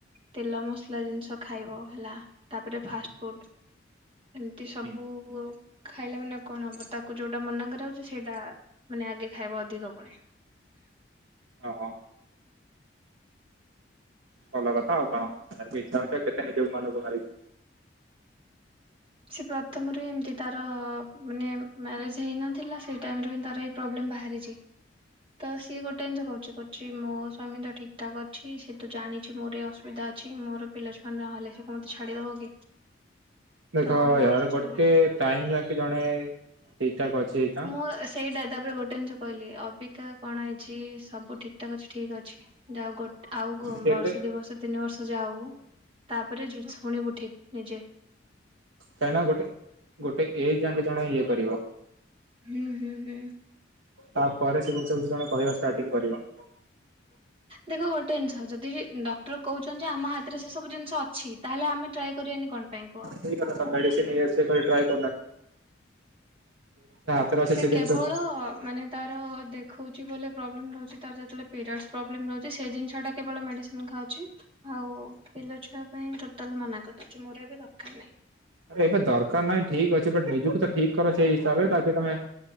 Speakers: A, on the right; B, on the right.
A: ତେଲ ମସଲା ଜିନିଷ ଖାଇବ ହେଲା ତାପରେ ଫାଷ୍ଟ୍ ଫୁଡ୍ ଏମିତି ସବୁ
B: ହୁଁ
A: ଖାଇଲେ ମାନେ କଣ ହବ ତାକୁ ଯୋଉଟା ମନା କରାହୋଉଛି ସେଇଟା ମାନେ ଆଗେ ଖାଇବ ଅଧିକ ଫୁଣି।
B: ଓହ। ଭଲ କଥା ଆଉ କଣ ଇଚ୍ଛା ମିଛା କେତେ ନିଜ ମନକୁ ମାରି
A: ସେ ପ୍ରଥମରୁ ଏମିତି ତାର-ଅଁ-ଅ ମାନେ ମ୍ୟାରେଜ୍ ହେଇନଥିଲା, ସେଇ ଟାଇମ୍ ରେ ତାର। ପ୍ରୋବ୍ଲେମ୍ ବାହାରିଛି। ତ ସିଏ ଗୋଟେ ଜିନିଷ କହୁଛି କରୁଛି ମୋ ସ୍ବାମୀ ତ ଠିକ୍ ଠାକ୍ ଅଛି, ସିଏ ତୁ ଜଣିଛି ମୋର ଇ ଅସୁବିଧା ଅ ଅଛି, ମୋର ପିଲାଛୁଆ ନହଲେ ସେ କଣ ମୋତେ ଛାଡିଦବ କି।
B: ଦେଖ
A: ତ ମୋର
B: ଏଆଡେ
A: କିଛି
B: ଗୋଟେ
A: ନାହିଁ
B: ଟାଇମ୍ ଯାକି ଜଣେ ଠିକ୍ ଠାକ୍ ଅଛି ଏନା।
A: ମୁଁ ସେଇଟା ତାପରେ ଗୋଟେ ଜିନିଷ କହିଲେ ଅବିକା କଣ ହେଇଛି ସବୁ ଠିକ୍ ଠାକ୍ ଅଛି ଠିକ୍ ଅଛି। <unintelligible> ଆଉ ଗୋ
B: କେତେ
A: ବର୍ଷେ ଦି ବର୍ଷ ତିନି ବର୍ଷ ଯାଉ ତାପରେ ଶୁଣିବୁ ଠିକ ନିଜେ।
B: କାହିଁକି ନା ଗୋଟେ ଗଟେ ଏଜ ଯାଙ୍କେ ଜଣେ ଇଏ କରିବ।
A: ହୁଁ ହୁଁ ହୁଁ।
B: ତାପରେ ସେ ଜିନିଷକୁ କି ଜଣେ କହିବା ଷ୍ଟାର୍ଟିଂ କରିବ।
A: ଦେଖ ଗୋଟେ ଜିନିଷ ଯଦି ଡକ୍ଟର କହୁଛନ୍ତି ଯେ ଆମ ହାତରେ ସେ ସବୁ ଜିନିଷ ଅଛି ତାହେଲେ ଆମେ ଟ୍ରାଏ କରିବାନି କଣ ପାଇଁ କୁହ
B: ସେଇକଥା ମେଡିସିନ ଏ ସେ ଟ୍ରାଏ <unintelligible>
A: ସେ କେବଳ
B: ଜିନିଷ ଆରେ
A: ମାନେ ତାର ଦେଖଉଛି ବ ପ୍ରୋବ୍ଲେମ ରହୁଛି ତାର ଯେତେବେଳେ ପିରିୟଡ଼ ପ୍ରୋବେଲମ୍ ରଛି ସେ ଜିନିଷଟା କେବଳ ମେଡିସିନ ଖାଉଛି। ଆଉ ପିଲ ଛୁଆ ପାଇଁ ଟୋଟାଲ ମନା କରିଦଉଛି ମୋର ଏବେ ଦରକାର ନାହିଁ।
B: ଏବେ ଦରକାର ନାହିଁ ଠିକ ଅଛି ବଟ ନିଜକୁ ତ ଠିକ କର ସେଇ ହିସାବରେ ତାକି ତମେ